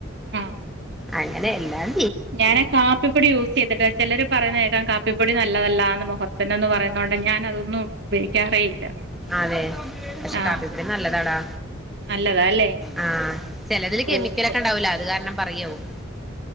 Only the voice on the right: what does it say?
ആഹ്
ഞാന് കാപ്പിപ്പൊടി യൂസ് ചെയ്തിട്ടില്ല ചിലര് പറയുന്നത് കേൾകാം കാ പ്പിപ്പൊടി നല്ലതല്ല മുഖത്തിനെന്ന് പറയുന്നോട് ഞാൻ അതൊന്നും ഉപയോഗിക്കാറേ ഇല്ല
ആഹ്
നല്ലതാ അല്ലേ
ബ്രൂവിന്റെ